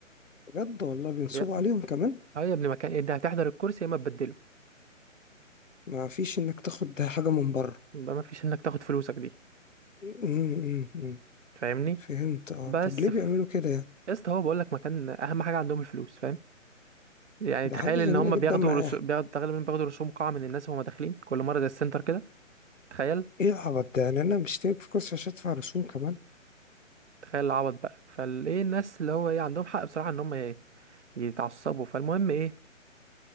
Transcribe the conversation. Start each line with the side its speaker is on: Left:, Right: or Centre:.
Left: بجد والله بينصبوا
Right: يا ابني
Left: عليهم كمان
Right: اه يا ابني مكان انت هتحضر الكرسي يا اما تبدله
Left: ما فيش انك تاخد حاجة من بره
Right: يبقى مفيش انك تاخد فلوسك دي
Left: أمم، أمم.
Right: فاهمني
Left: فهمت اه
Right: بس
Left: طب ليه
Right: في...
Left: بيعملوا كده يعني
Right: يا اسطى هو بقول لك مكان اهم حاجه عندهم الفلوس فاهم يعني
Left: ده
Right: تخيل
Left: حاجة غريبة
Right: ان هم
Left: جدا
Right: بياخدوا
Left: معاه
Right: رسو... بياخدوا تقريبا بياخدوا رسوم قاعة من الناس وهم داخلين كل مرة زي السنتر كده تخيل
Left: ايه العبط ده يعني انا مشترك في كورس عشان ادفع رسوم كمان
Right: تخيل العبط بقى فالايه الناس اللي هو ايه عندهم حق بصراحة ان هم ي- يتعصبوا فالمهم ايه